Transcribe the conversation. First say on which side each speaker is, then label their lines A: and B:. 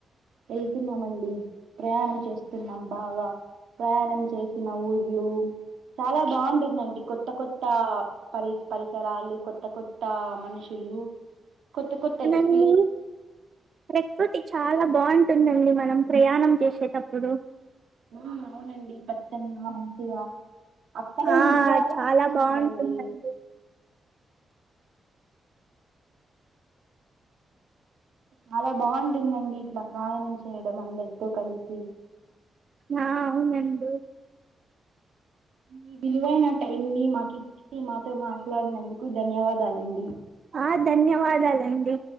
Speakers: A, on the right (about 80°); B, on the right (about 40°).
A: వెళ్తున్నామండి ప్రయాణం చేస్తున్నాం బాగా ప్రయాణం చేసిన ఊర్లు చాలా బాగుంటుందండి కొత్త కొత్త పరి పరిసరాలు కొత్త కొత్త మనుషులు కొత్త కొత్త ఎక్స్
B: హు ప్రకృతి చాలా బాగుంటుందండి మనం ప్రయాణం చేసేటప్పుడు
A: ఉ అవునండి పచ్చగా మంచిగా అక్కడే
B: ఆ
A: ఉండిపోవాల
B: చాలా
A: అనిపిస్తుందండి
B: బాగుంటుందండి
A: చాలా బాగుంటుందండి ఇట్లా ప్రయాణం చేయడం అందరితో కలిసి
B: ఆ అవునండి
A: మీ విలువైన టైం ని మాకు ఇచ్చి మాతో మాట్లాడినందుకు ధన్యవాదాలండి
B: ఆ ధన్యవాదాలండి